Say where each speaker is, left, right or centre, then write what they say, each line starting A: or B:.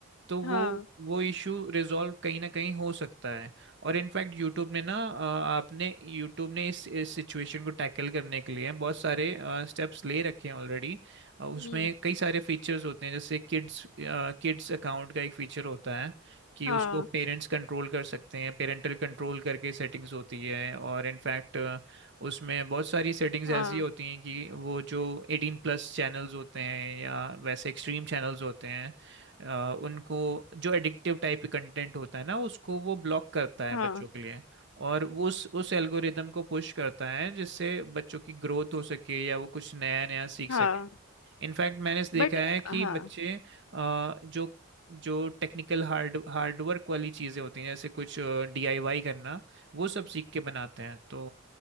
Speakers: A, on the right; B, on the left.
A: तो वो
B: हाँ
A: वो इशू रिजॉल्व कहीं ना कहीं हो सकता है और इनफैक्ट यूट्यूब ने ना अ, आपने यूट्यूब ने इस सिचुएशन को टैकल करने के लिए बहुत सारे स्टेप्स ले रखे हैं ऑलरेडी उसमें
B: हम्म
A: कई सारे फीचर्स होते हैं जैसे किड्स किड्स अकाउंट का एक फीचर होता है कि
B: हाँ
A: उसको पेरेंट्स कंट्रोल कर सकते हैं पेरेंटल कंट्रोल करके सेटिंग्स होती है और इनफैक्ट उसमें बहुत सारी सेटिंग्स
B: हाँ
A: ऐसी होती हैं कि वो जो एटीन प्लस चैनल्स होते हैं या वैसे एक्सट्रीम चैनल्स होते हैं अ, उनको जो एडिक्टिव टाइप के कंटेंट होता है ना उसको वो ब्लॉक करता है
B: हाँ
A: बच्चों के लिए और वो उस उस एल्गोरिदम को पुश करता है जिससे बच्चों की ग्रोथ हो सके या वो कुछ नया नया सीख
B: हाँ
A: सके इनफैक्ट मैंने इस देखा
B: बट
A: है कि
B: हाँ
A: बच्चे अ, जो जो टेक्निकल हार्ड हार्डवर्क वाली चीज़ें होती हैं जैसे कुछ डीआईवाई करना वो सब सीख के बनाते हैं तो